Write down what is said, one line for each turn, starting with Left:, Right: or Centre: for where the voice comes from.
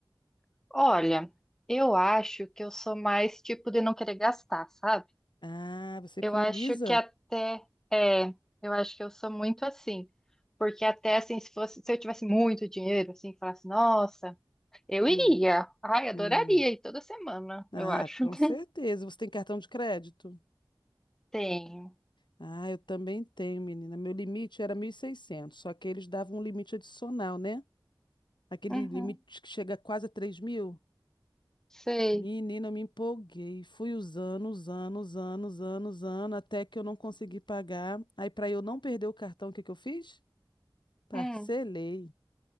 Centre: Olha, eu acho que eu sou mais tipo de não querer gastar, sabe?
Left: Ah, você
Centre: Eu
Left: economiza?
Centre: acho que até é, eu acho que eu sou muito assim. Porque até assim, se fosse, se eu tivesse muito dinheiro, assim, falasse, nossa, eu
Left: Hum,
Centre: iria. Ai, adoraria
Left: hum.
Centre: ir toda semana,
Left: Ah,
Centre: eu acho.
Left: com
Centre: <laughs>
Left: certeza. Você tem cartão de crédito?
Centre: Tenho.
Left: Ah, eu também tenho, menina. Meu limite era 1.600, só que eles davam um limite adicional, né? Aquele
Centre: Uhum.
Left: limite que chega quase a 3 mil.
Centre: Sei.
Left: Menina, eu me empolguei. Fui usando, usando, usando, usando, usando, até que eu não consegui pagar. Aí, para eu não perder o cartão, o que que eu fiz? Parcelei.
Centre: Hum.